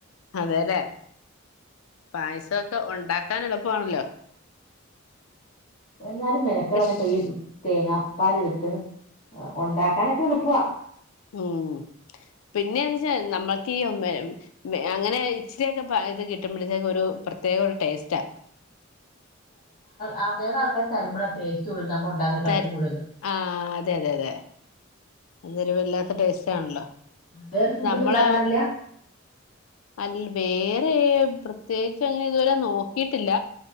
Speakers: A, on the left (about 85°); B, on the left (about 40°).
A: അതെല്ലേ? പായസമൊക്കെ ഉണ്ടാക്കാൻ എളുപ്പമാണല്ലോ?
B: എന്നാലും മെനക്കടാന്നിപ്പി.
A: പക്ഷെ
B: തേങ്ങാപ്പാലെ ടുത്ത് ഒണ്ടാക്കാനൊക്കെ എളുപ്പവാ.
A: ഉം പിന്നെന്തച്ചാ നമ്മൾക്ക് ഈ അങ്ങനെ ഇച്ചിരിയൊക്കെ ഇത് കിട്ടുമ്പോഴത്തേക്കും ഒരു പ്രത്യേക ഒരു ടേസ്റ്റാ.
B: ആ വേറെ ആൾക്കാർ തരുമ്പോഴ ടേസ്റ്റ് കൂടുതൽ നമ്മൾ ഒണ്ടാക്കുന്നതിനേക്കാൾ
A: തര്
B: കൂടുതല്.
A: ആഹ് അതെ അതെ അതെ. അതൊരു വല്ലാത്ത ടേസ്റ്റ് ആണല്ലോ
B: വേറെ ഫുഡൊന്നും
A: നമ്മളെ.
B: ഉണ്ടാക്കാറില്ല
A: അ വേറെ പ്രത്യേകിച്ച് അങ്ങനെ ഇതുവരെ നോക്കിട്ടില്ല.